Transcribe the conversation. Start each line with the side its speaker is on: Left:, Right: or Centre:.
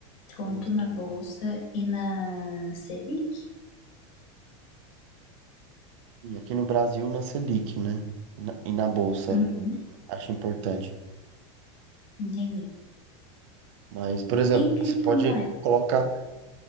Left: quanto
Right: Isso.
Left: na bolsa e na Selic?
Right: E aqui no Brasil, na Selic, né? E na, e na Bolsa,
Left: Uhum,
Right: acho importante.
Left: entendi.
Right: Mas, por exemplo,
Left: E criptomoeda?
Right: você pode colocar,